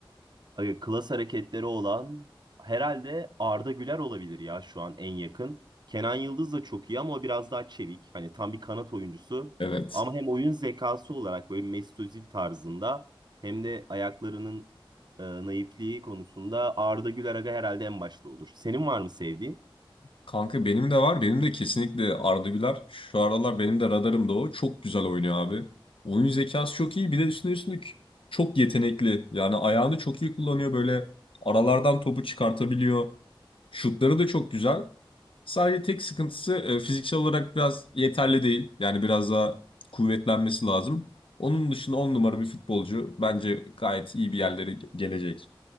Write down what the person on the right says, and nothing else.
e, klas hareketleri olan herhalde Arda Güler olabilir ya şu an en yakın. Kenan Yıldız da çok iyi ama o biraz daha çevik. Hani tam bir kanat oyuncusu.
Ama hem oyun zekası olarak böyle Mesut Özil tarzında hem de ayaklarının e, naifliği konusunda Arda Güler aga herhalde en başta olur. Senin var mı sevdiğin?